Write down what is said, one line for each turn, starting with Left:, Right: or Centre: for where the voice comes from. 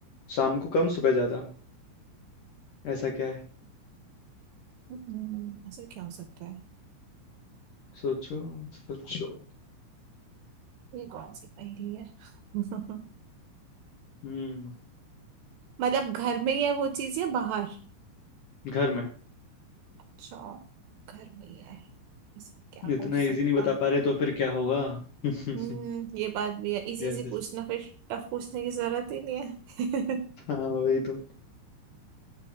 Left: शाम को कम सुबह ज्यादा ऐसा क्या है
Right: हम्म, ऐसा क्या हो सकता है
Left: सोचो सोचो
Right: ये कौन सी पहेली है <laughs>
Left: हम्म
Right: मतलब घर में ही है वो चीज या बाहर
Left: घर में
Right: अच्छा घर में ही है ऐसा क्या
Left: इतना
Right: हो सकता
Left: इजी नहीं बता पा रहे तो फिर क्या होगा <laughs> यस
Right: हम्म ये बात भी है इजी
Left: यस
Right: इजी पूछना फिर टफ पूछने की जरूरत ही नहीं है
Left: हाँ वही तो